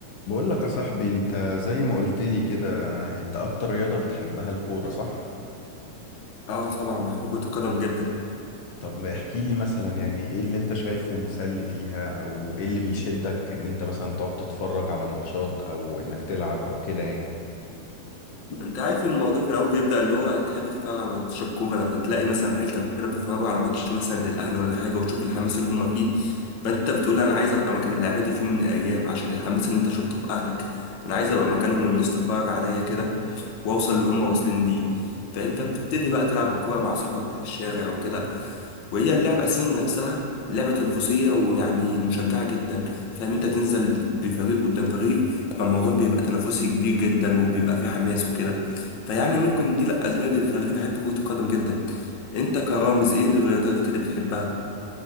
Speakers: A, on the left; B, on the left.
A: بقول لك يا صاحبي انت زي ما قلت لي كده انت اكتر رياضة بتحبها الكورة صح؟
B: اه طبعا بحب كرة القدم جدا
A: طب احكي لي مثلا يعني ايه اللي انت شايفه مسلي فيها او ايه اللي بيشدك ان انت مثلا تقعد تتفرج على ماتشات او انك تلعب او كده يعني
B: انت عارف ان الموضوع في الاول بيبدأ اللي هو تحب تتفرج على ماتش الكورة لما تلاقي مثلا عيلتك وكده بيتفرجوا على ماتش مثلا للاهلي ولا حاجة وتشوف الحماس اللي هم فيه فانت بتقول انا عايز ابقى مكان اللعيبة دي في يوم من الايام عشان الحماس اللي انت شفته في اهلك انا عايز ابقى مكانهم والناس تتفرج عليا كده واوصل اللي هم واصلين ليه فانت بتبتدي بقى تلعب الكورة مع اصحابك في الشارع وكده وهي اللعبة أساسا نفسها لعبة تنافسية ويعني مشجعة جدا فاهم أنت تنزل بفريق قدام فريق فالموضوع بيبقى تنافسي كبير جدا وبيبقى فيه حماس وكده فيعني ممكن دي الأسباب اللي خلتني أحب كرة القدم جدا أنت كرامز إيه الرياضات اللي بتحبها؟